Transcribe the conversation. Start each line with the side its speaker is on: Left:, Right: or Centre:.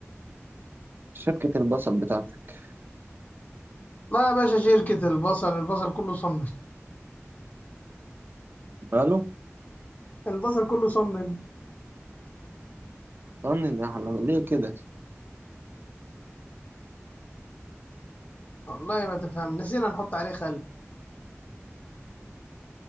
Right: شركة البصل بتاعتك
Left: لا يا باشا شركة البصل البصل كله صنن
Right: ماله؟
Left: <laughs> البصل كله صنن
Right: طن النحلة ليه كده؟
Left: والله ما تفهم نسينا نحط عليه خل